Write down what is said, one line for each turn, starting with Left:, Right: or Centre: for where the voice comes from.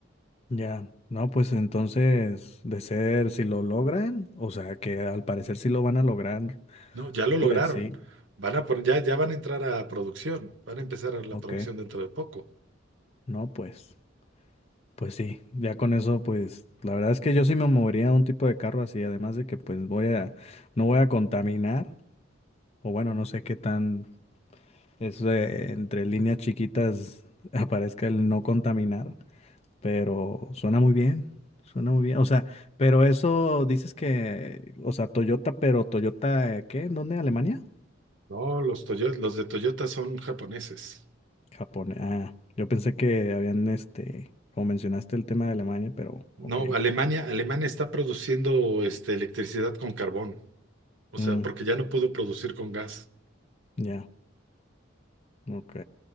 Left: ya. No, pues entonces, de ser, si lo logran, o sea, que al parecer sí lo van a lograr,
Right: No, ya lo lograron.
Left: pues sí,
Right: Van a poner, ya, ya van a entrar a producción. Van a empezar a la
Left: ok.
Right: producción dentro de poco.
Left: No, pues, pues sí, ya con eso, pues, la verdad es que yo sí me movería a un tipo de carro así, además de que, pues, voy a, no voy a contaminar, o bueno, no sé qué tan, eso de entre líneas chiquitas <laughs> aparezca el no contaminar. Pero suena muy bien, suena muy bien. O sea, pero eso dices que, o sea, Toyota, pero Toyota, eh, ¿qué? ¿En ¿Dónde? ¿Alemania?
Right: No, los Toyo- los de Toyota son japoneses.
Left: Japón. Ah, yo pensé que habían, este, como mencionaste el tema de Alemania, pero
Right: No,
Left: ok.
Right: Alemania, Alemania está produciendo este, electricidad con carbón. O sea,
Left: Mm,
Right: porque ya no pudo producir con gas.
Left: ya, ok.